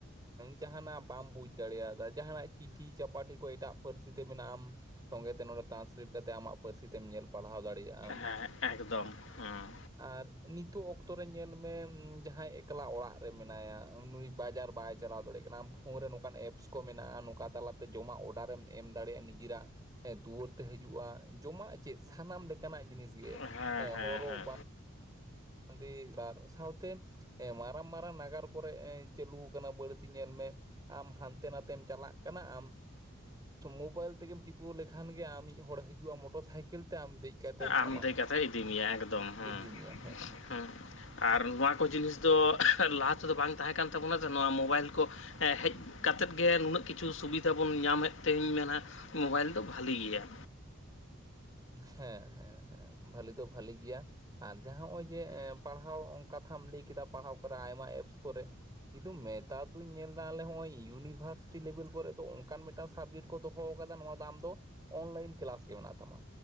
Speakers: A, on the right; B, on the left.
A: ᱡᱟᱦᱟᱱᱟᱜ ᱵᱟᱢ ᱵᱩᱡᱽ ᱫᱟᱲᱮᱭᱟᱫᱟ ᱡᱟᱦᱟᱱᱟᱜ ᱪᱤᱴᱷᱤ ᱪᱟᱯᱟᱴᱷᱤ ᱠᱚ ᱮᱴᱟᱜ ᱯᱟᱹᱨᱥᱤ ᱛᱮ ᱢᱮᱱᱟᱜᱼᱟ ᱟᱢ ᱥᱚᱸᱜᱮᱛᱮ ᱱᱚᱰᱮ ᱴᱨᱟᱱᱥᱞᱮᱴ ᱠᱟᱛᱮᱫ ᱟᱢᱟᱜ ᱯᱟᱹᱨᱥᱤ ᱛᱮᱢ ᱧᱮᱞ ᱯᱟᱲᱦᱟᱣ ᱫᱟᱲᱮᱭᱟᱜᱼᱟᱢ।
B: ᱦᱮᱸ ᱮᱠᱫᱚᱢ ᱦᱮᱸ।
A: ᱟᱨ ᱱᱤᱛᱚᱜ ᱚᱠᱛᱚ ᱚᱠᱛᱚ ᱨᱮ ᱧᱮᱞ ᱢᱮ ᱡᱟᱦᱟᱸᱭ ᱮᱠᱞᱟ ᱚᱲᱟᱜ ᱨᱮ ᱢᱮᱱᱟᱭᱟ ᱩᱱᱤ ᱵᱟᱡᱟᱨ ᱵᱟᱭ ᱪᱟᱞᱟᱣ ᱫᱟᱲᱮᱭᱟᱜ ᱠᱟᱱᱟ ᱟᱢ ᱯᱷᱳᱱ ᱨᱮ ᱱᱚᱝᱠᱟᱱ ᱮᱯᱥ ᱠᱚ ᱢᱮᱱᱟᱜᱼᱟ ᱱᱚᱝᱠᱟ ᱛᱟᱞᱟᱛᱮ ᱡᱚᱢᱟᱜ ᱚᱰᱟᱨᱮᱢ ᱮᱢ ᱫᱟᱲᱮᱭᱟᱜᱼᱟ ᱱᱤᱡᱮᱨᱟᱜ ᱫᱩᱣᱟᱹᱨ ᱛᱮ ᱦᱤᱡᱩᱜᱼᱟ ᱡᱚᱢᱟᱜ ᱪᱮᱫ ᱥᱟᱱᱟᱢ ᱞᱮᱠᱟᱱᱟᱜ ᱡᱤᱱᱤᱥ ᱜᱮ
B: ᱦᱮᱸ ᱦᱮᱸ ᱦᱮᱸ
A: ᱦᱚᱨᱚᱜ
B: ᱦᱮᱸ
A: ᱵᱟᱫ ᱟᱰᱤ ᱵᱟᱨ ᱥᱟᱶᱛᱮ ᱦᱮᱸ ᱢᱟᱨᱟᱝ ᱢᱟᱨᱟᱝ ᱱᱟᱜᱟᱨ ᱠᱚᱨᱮᱜ ᱪᱟᱹᱞᱩ ᱠᱟᱱᱟ ᱵᱟᱹᱲᱛᱤ ᱧᱮᱞ ᱢᱮ ᱟᱢ ᱦᱟᱱᱛᱮ ᱱᱟᱛᱮᱢ ᱪᱟᱞᱟᱜ ᱠᱟᱱᱟ ᱟᱢ ᱢᱳᱵᱟᱭᱤᱞ ᱛᱮᱜᱮᱢ ᱴᱤᱯᱟᱹᱣ ᱞᱮᱠᱷᱟᱱ ᱜᱮ ᱟᱢ ᱢᱤᱫ ᱦᱚᱲᱮ ᱦᱤᱡᱩᱜᱼᱟᱢ ᱢᱚᱴᱚᱨ ᱥᱟᱭᱠᱮᱞ ᱛᱮ ᱟᱢ ᱫᱮᱡ ᱠᱟᱛᱮᱢ ᱟᱢᱟᱜ
B: ᱟᱢ ᱫᱮᱡ ᱠᱟᱛᱮᱭ ᱤᱫᱤ ᱢᱮᱭᱟ ᱮᱠᱫᱚᱢ
A: ᱤᱫᱤ
B: ᱦᱮᱸ।
A: ᱢᱮᱭᱟ
B: ᱦᱮᱸ ᱟᱨ ᱱᱚᱣᱟ ᱠᱚ ᱡᱤᱱᱤᱥ ᱫᱚ ᱞᱟᱦᱟ ᱛᱮᱫᱚ ᱵᱟᱝ ᱛᱟᱦᱮᱸ ᱠᱟᱱ ᱛᱟᱵᱚᱱᱟ ᱥᱮ ᱱᱚᱣᱟ ᱢᱳᱵᱟᱭᱤᱞ ᱠᱚ ᱦᱮᱡ ᱠᱟᱛᱮᱫ ᱱᱩᱱᱟᱹᱜ ᱠᱤᱪᱷᱩ ᱥᱩᱵᱤᱫᱷᱟ ᱵᱚᱱ ᱧᱟᱢᱮᱫ ᱛᱮᱧ ᱢᱮᱱᱟ ᱢᱳᱵᱟᱭᱤᱞ ᱫᱚ ᱵᱷᱟᱹᱞᱤ ᱜᱮᱭᱟ।
A: ᱦᱮᱸ ᱦᱮᱸ ᱦᱮᱸ ᱵᱷᱟᱹᱞᱤ ᱫᱚ ᱵᱷᱟᱹᱞᱤ ᱜᱮᱭᱟ। ᱟᱨ ᱡᱟᱦᱟᱸ ᱱᱚᱜᱼᱚᱭ ᱡᱮ ᱯᱟᱲᱦᱟᱣ ᱠᱟᱛᱷᱟᱢ ᱞᱟᱹᱭ ᱠᱮᱫᱟ ᱯᱟᱲᱦᱟᱣ ᱠᱚᱨᱮ ᱟᱭᱢᱟ ᱮᱯᱥ ᱠᱚᱨᱮ। ᱠᱤᱱᱛᱩ ᱱᱮᱛᱟᱨ ᱫᱚᱧ ᱧᱮᱞ ᱮᱫᱟ ᱟᱞᱮ ᱦᱚᱸᱜ -ᱚᱭ ᱤᱭᱩᱱᱤᱵᱷᱟᱨᱥᱤᱴᱤ ᱞᱮᱵᱮᱞ ᱠᱚᱨᱮ ᱫᱚ ᱚᱱᱠᱟᱱ ᱢᱮᱫ ᱴᱟ ᱥᱟᱵᱡᱮᱠᱴ ᱠᱚ ᱫᱚᱦᱚ ᱟᱠᱟᱫᱟ ᱱᱚᱣᱟ ᱫ ᱟᱢ ᱫᱚ ᱚᱱᱞᱟᱭᱤᱱ ᱠᱞᱟᱥ ᱜᱮ ᱢᱮᱱᱟᱜ ᱛᱟᱢᱟ।